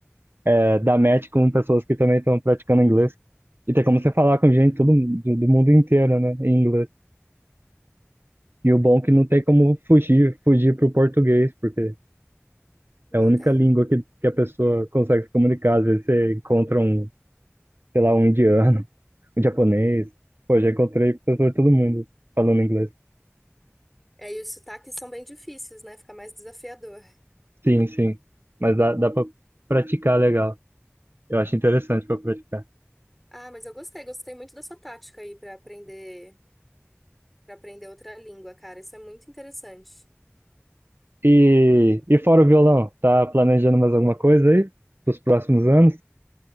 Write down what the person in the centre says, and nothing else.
Não
tem.
É, e os sotaques são bem difíceis, né? Fica mais desafiador.
Ah, mas eu gostei, gostei muito da sua tática aí pra aprender, para aprender outra língua, cara. Isso é muito interessante.